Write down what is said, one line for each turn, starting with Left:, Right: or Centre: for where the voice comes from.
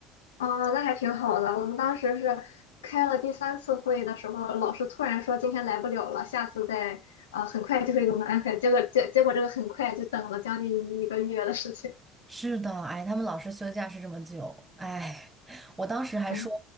Left: 啊，那还挺好的。我们当时是开了第三次会的时候，老师突然说今天来不了了，下次再啊、很快就会给我们安排。结果结结果这个很快就等了将近一个月的事情。
Right: 是的，哎，他们老师休假是这么久，哎，我当时还说，
Left: 哎，